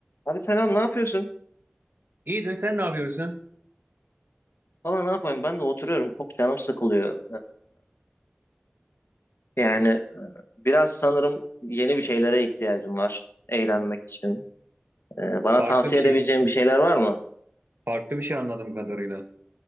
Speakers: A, on the left; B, on the right.
A: Abi selam ne yapıyorsun?
B: İyidir, sen ne yapıyorsun?
A: Valla ne yapayım ben de oturuyorum çok canım sıkılıyor. Ee, yani biraz sanırım yeni bir şeylere ihtiyacım var eğlenmek için. Ee, bana
B: Farklı
A: tavsiye
B: bir şey,
A: edebileceğin bir şeyler var mı?
B: farklı bir şey anladığım kadarıyla.